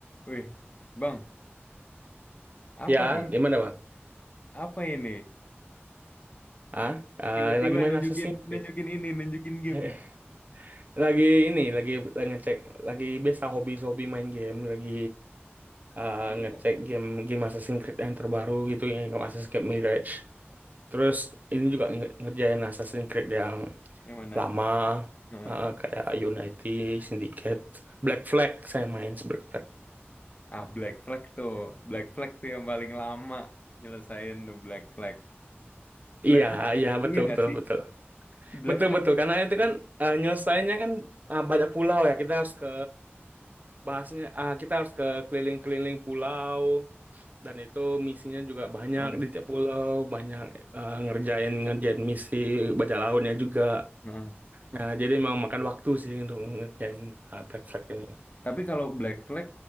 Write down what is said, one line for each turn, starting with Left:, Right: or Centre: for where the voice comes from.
Left: Wih, Bang, apa
Right: Ya,
Left: nih?
Right: di mana bang?
Left: Apa ini?
Right: Ah, ah,
Left: Tiba-tiba
Right: lagi main
Left: nunjukin
Right: Assassin's Creed.
Left: nunjukin ini, nunjukin
Right: Heh,
Left: game nih.
Right: Lagi ini, lagi ngecek, lagi biasa hobi-hobi main game, lagi ah,
Left: <laughs>
Right: ngecek game game Assassin's Creed yang terbaru gitu yang kayak Assassin's Creed Mirage. Terus ini juga nge- ngerjain Assassin's Creed yang
Left: Yang mana?
Right: lama,
Left: Nah,
Right: ah, kayak Unity, Syndicate, Black Flag saya main Black Flag.
Left: ah Black Flag tuh. Black Flag tuh yang paling lama nyelesain tuh Black Flag. Black
Right: Iya,
Left: Flag
Right: iya betul
Left: iya nggak
Right: betul
Left: sih?
Right: betul
Left: Black
Right: betul
Left: Flag.
Right: betul karena itu kan eh, nyelesainya kan ah, banyak pulau ya kita harus ke bahasnya ah kita harus ke keliling-keliling pulau dan itu misinya juga banyak
Left: Heeh,
Right: di tiap pulau banyak eh, ngerjain ngerjain misi baca lautnya juga
Left: heeh.
Right: nah jadi memang makan waktu sih untuk ngerjain eh, Black Flag ini
Left: Tapi kalau Black Flag